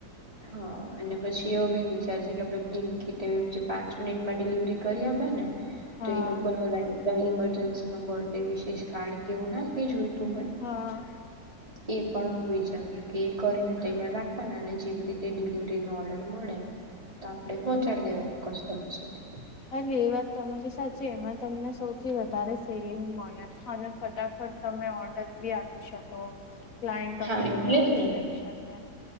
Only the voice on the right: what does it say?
હા અને પછી એવો બી વિચાર છે કે આપડે બ્લિંકટ એવી જે પાંચ મિનિટમાં ડિલિવરી કરી આપે ને તો
એ લોકોને ઓલા એકદમ ઈમરજન્સી માં બર્થ ડે વિશિષ કાર્ડ કે એવું ના કઈ જોયતું હોય.
એ પણ હું વિચારું છું કે એ કરીને તૈયાર રાખવાના અને જેવી <unintelligible> ડિલિવરી નો ઓર્ડર મળે તો આપડે પહોંચાડી દેવાનું કસ્ટમ સુધી.
હા હા એટલે
જ ને.